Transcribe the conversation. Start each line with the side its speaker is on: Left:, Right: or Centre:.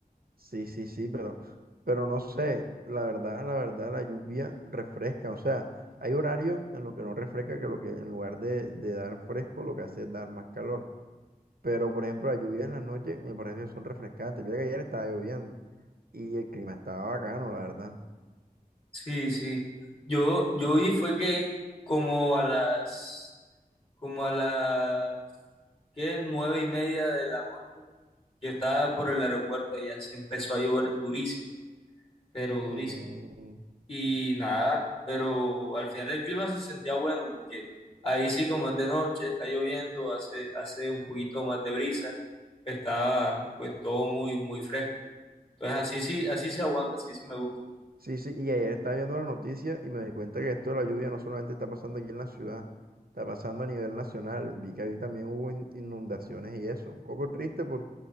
Right: Sí, sí, sí, pero, pero no sé, la verdad, la verdad, la lluvia refresca, o sea, hay horarios en los que no refresca, que lo que en lugar de, de dar fresco, lo que hace es dar más calor. Pero, por ejemplo, las lluvias en las noches me parece que son refrescantes. Mira que ayer estaba lloviendo y el clima estaba bacano, la verdad.
Left: Sí, sí. Yo, yo vi fue que como a las como a las ¿qué? nueve y media de la noche. Yo estaba por el aeropuerto y así empezó a llover durísimo, pero durísimo.
Right: Mm,
Left: Y nada, pero al final el clima se sentía bueno porque ahí sí como es de noche, está lloviendo, hace, hace un poquito más de brisa, estaba pues todo muy, muy fresco. Entonces así sí,
Right: sí,
Left: así se aguanta, así sí me gusta.
Right: Sí, sí, y ayer estaba viendo las noticias y me di cuenta que esto de la lluvia no solamente está pasando aquí en la ciudad, está pasando a nivel nacional. Vi que ahí también hubo in- inundaciones y eso. Un poco triste por,